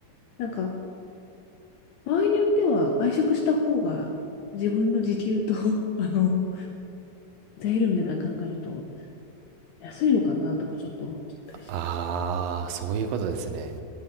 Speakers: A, on the left; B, on the right.
A: なんか、場合によっては外食した方が自分の時給と、<laughs> あの、材料の値段考えると安いのかなとかちょっと思っちゃったりしました。
B: ああ、そういうことですね。